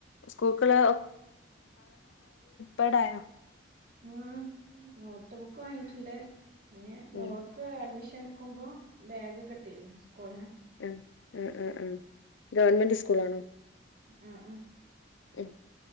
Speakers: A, on the left (about 85°); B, on the right (about 50°).
A: സ്കൂക്കള് ബഡായോ
B: ആഹ് നോട്ട് ബുക്ക് വാങ്ങിയിട്ടുണ്ട് പിന്നെ മോള്ക്ക്
A: ഉം
B: അഡ്മിഷൻ എ നോക്കുമ്പോ ബാഗ് കിട്ടിയിരുന്നു സ്കൂൾന്ന്
A: ആ ആ ആ ആ ഗവൺമെന്റ് സ്കൂളാണോ
B: ആഹ അഹ്
A: ഉം